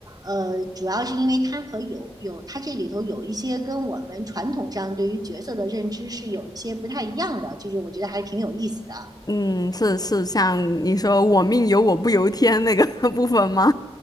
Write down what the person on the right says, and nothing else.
呃，主要是因为它和有有它这里头有一些跟我们传统上对于角色的认知是有一些不太一样的，就是我觉得还挺有意思的。